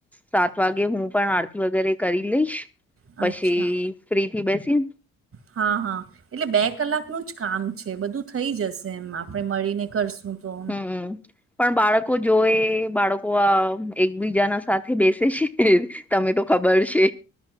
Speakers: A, in the centre; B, on the right.
A: સાત વાગે હું પણ આરતી વગેરે કરી લઈશ
B: અચ્છા
A: પછી ફ્રી થી બેસી
B: હા હા એટલે બે કલાકનું જ કામ છે, બધું થઈ જશે એમ આપણે મળીને કરશું તો
A: હમ પણ બાળકો જોએ બાળકો આ એકબીજાના સાથે બેસે છે. તમે તો ખબર છે